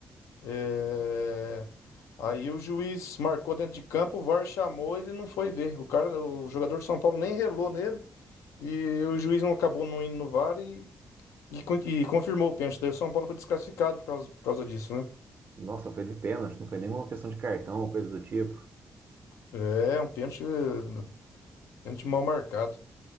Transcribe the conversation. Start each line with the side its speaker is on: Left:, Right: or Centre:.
Left: é, Aí o juiz marcou dentro de campo, o VAR chamou, ele não foi ver. O cara, o jogador de São Paulo nem relou nele e o juiz não acabou não indo no VAR e, e, e confirmou o pênalti. Daí o São Paulo foi desclassificado por causa, por causa disso, né?
Right: Nossa, foi de pênalti, não foi nenhuma questão de cartão ou coisa do tipo.
Left: É, um pênalti, eh, pênalti mal marcado.